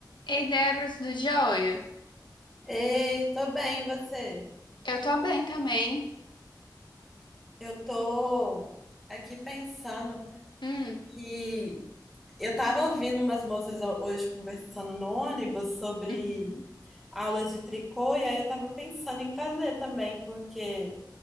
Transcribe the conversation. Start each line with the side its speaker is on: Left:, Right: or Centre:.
Left: Ei, Débora, tudo jóia?
Centre: Ei, tô bem, e você?
Left: Eu tô bem também.
Centre: Eu tô aqui pensando
Left: Hum.
Centre: que eu tava ouvindo umas moças ho- hoje conversando no ônibus sobre
Left: Uhum.
Centre: aula de tricô, e aí eu tava pensando em fazer também, porque